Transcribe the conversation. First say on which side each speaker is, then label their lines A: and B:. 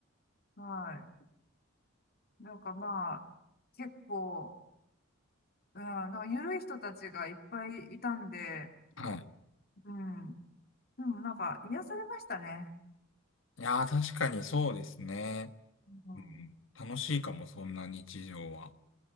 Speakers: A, on the left (about 45°); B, on the left (about 65°).
A: はい。なんかまあ、結構、うん、なんか緩い人たちがいっぱいいたんで、
B: は
A: うん。でもなんか癒されましたね。
B: い。いやー、確かにそうですね。
A: うん。
B: うん。楽しいかも、そんな日常は。